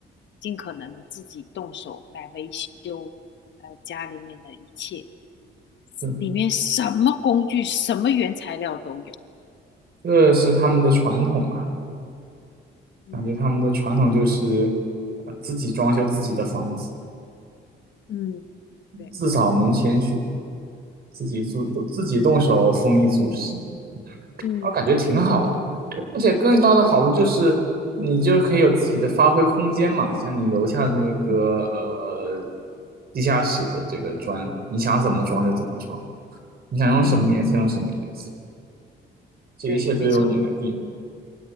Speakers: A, on the left; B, on the right.
A: 尽可能的自己动手来维修，呃，家里面的一切，
B: 对。
A: 里面什么工具、什么原材料都有。
B: 这是他们的传统吧？
A: 嗯，
B: 感觉他们的传统就是啊、自己装修自己的房子，
A: 嗯对，
B: 自扫门前雪，自己做自己动手丰衣足食，
A: 嗯。
B: 我感觉挺好的。而且更大的好处就是，你就可以有自己的发挥空间嘛。像你楼下的那个呃
A: 嗯，
B: 地下室的这个砖，你想怎么装就怎么装，你想用什么颜色用什么颜色，
A: 嗯
B: 这一切都由你来定。
A: 对，没错。